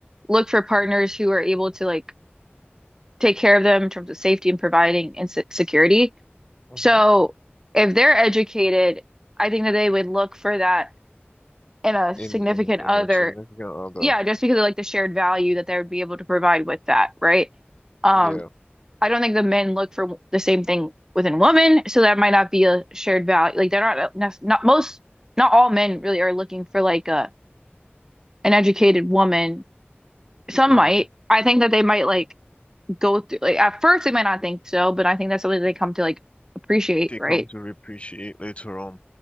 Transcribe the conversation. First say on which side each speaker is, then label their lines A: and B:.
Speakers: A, on the right; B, on the left.
A: look for partners who are able to like take care of them in terms of safety and providing and se- security.
B: hmm
A: So if they're educated, I think that they would look for that in a
B: In
A: significant
B: in in
A: other.
B: a significant other.
A: Yeah, just because of like the shared value that they would be able to provide with that, right? Um,
B: Yeah.
A: I don't think the men look for the same thing within women, so that might not be a shared value. Like they're not not not most, not all men really are looking for like a an educated woman Some
B: Mm.
A: might. I think that they might like go through like at first they might not think so, but I think that's something they come to like appreciate,
B: They
A: right?
B: come to appreciate later on.